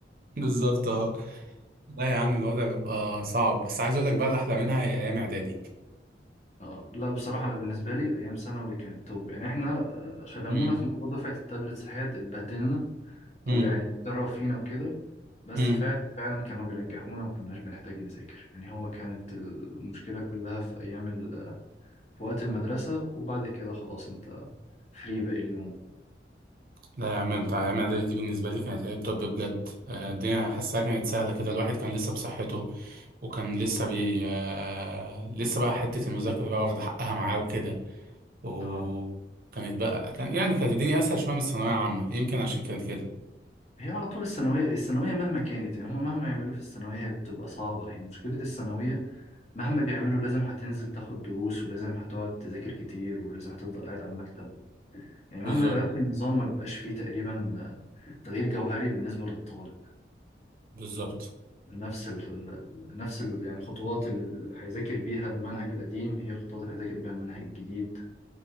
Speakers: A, on the right (about 50°); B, on the left (about 40°).
A: <laughs> بالظبط اه لا يا عم الوضع بيبقى صعب بس عايز اقول لك بقى الاحلى منها هي ايام اعدادي
B: آه لا بصراحة أنا بالنسبة لي أيام ثانوي كانت توب يعني إحنا آه خدمونا
A: امم
B: في موضوع دفعة التابلت صحيح اتبهدلنا
A: امم
B: أو يعني اتدرب فينا وكده بس
A: امم
B: فعلا فعلا كانوا بينجحونا وما كناش بنحتاج نذاكر يعني هو كانت المشكلة كلها في أيام ال... في وقت المدرسة وبعد كده خلاص أنت فري باقي اليوم
A: لا يا عم بتاع ايام اعدادي دي بالنسبه لي كانت هي التوب بجد آه، الدنيا حاسها كانت سهله كده الواحد كان لسه بصحته وكان لسه بي آه، لسه بقى حته المذاكره بقى واخده حقها معاه وكده وكانت
B: آه
A: بقى كان يعني كانت الدنيا اسهل شويه من الثانويه العامه يمكن عشان كانت كده
B: هي على طول الثانوية الثانوية مهما كانت يعني هما مهما يعملوا في الثانوية هي بتبقى صعبة هي مشكلة الثانوية مهما بيعملوا لازم هتنزل تاخد دروس ولازم هتقعد تذاكر كتير ولازم هتفضل قاعد على المكتب يعني
A: بالظبط
B: مهما يغيروا في النظام ما بيبقاش فيه تقريبا تغيير جوهري بالنسبة للطالب
A: بالظبط
B: نفس ال... نفس ال... يعني الخطوات اللي هيذاكر بيها المنهج القديم هي الخطوات اللي هيذاكر بيها المنهج الجديد